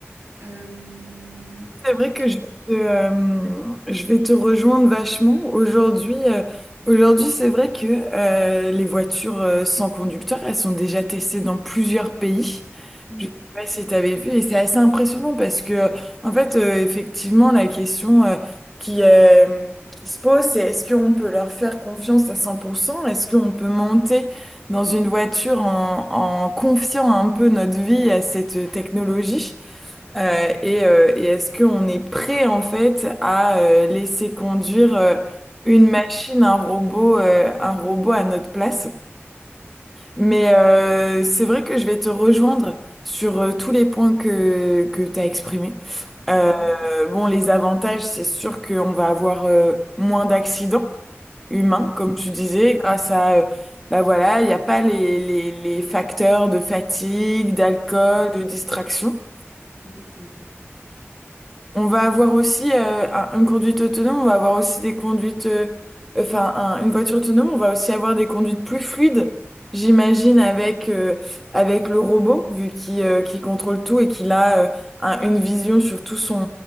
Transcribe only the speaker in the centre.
C'est vrai que
je vais te, euh, je vais te rejoindre vachement. Aujourd'hui, euh, aujourd'hui, c'est vrai que euh, les voitures euh, sans conducteur, elles sont déjà testées dans plusieurs pays.
Je sais pas si tu avais vu, et c'est assez impressionnant parce que, en fait, euh, effectivement, la question euh, qui, euh, qui se pose, c'est est-ce qu'on peut leur faire confiance à cent pour cent Est-ce qu'on peut monter dans une voiture en, en confiant un peu notre vie à cette euh, technologie? Euh, et euh, et est-ce qu'on est prêt en fait à euh, laisser conduire euh, une
machine, un robot, euh, un robot à notre place? Mais euh, c'est vrai que je vais te rejoindre sur euh, tous les points que, que tu as exprimés. Euh,
bon, les avantages, c'est sûr qu'on va avoir euh, moins d'accidents humains, comme tu disais,
grâce à, euh, bah voilà, il n'y a pas les, les, les facteurs de fatigue, d'alcool, de distraction.
On va avoir aussi euh, un- une conduite autonome, on va avoir aussi des conduites, euh, enfin un- une voiture autonome, on va aussi avoir des conduites plus fluides, j'imagine, avec, euh, avec le robot, vu qu'il euh, qu'il contrôle tout et qu'il a euh, un- une vision sur tout son